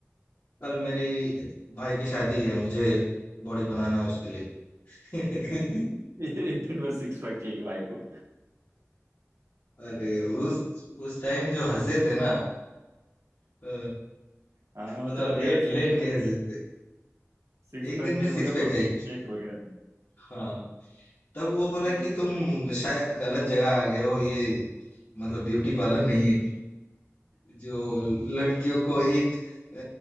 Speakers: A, on the left; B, on the right.
A: कल मेरी भाई की शादी है मुझे बॉडी बनाना है उसके लिए <laughs>
B: एक दिन में सिक्स पैक चाहिए भाई को
A: अरे उस उस टाइम जो हंसे थे ना अ,
B: हाँ
A: मतलब
B: मतलब
A: लेट
B: यार सिक्स
A: लेट
B: पैक
A: के हंसे
B: नहीं
A: थे
B: सिक्स
A: एक
B: पैक
A: दिन
B: नहीं
A: में
B: हो
A: सिक्स
B: गया
A: पैक
B: प्रोटीन
A: चाहिए
B: शेक हो गया
A: हाँ तब वो बोला
B: आ,
A: कि तुम शायद गलत जगह आ गए हो ये मतलब ब्यूटी पार्लर नहीं है जो लड़कियों को एक अ,